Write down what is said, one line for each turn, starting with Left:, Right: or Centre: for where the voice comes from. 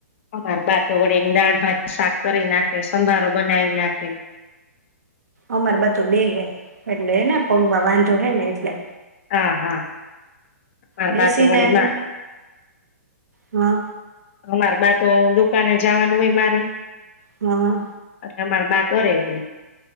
Left: અમાર <unintelligible> દાળ ભા શાક કરી નાખે સંભારો બનાવી નાખે.
Right: અમાર બધું બે હે એટલે હે ને પગમાં વાંધો હે ને એટલે.
Left: હા, હા અમાર
Right: બેસીને
Left: બાં તો વળી
Right: એમ.
Left: માં,
Right: હા
Left: અમાર બા તો દુકાને જાવાનું હોય મારે.
Right: હા, હા.
Left: એટલે અમાર બા કરે હે.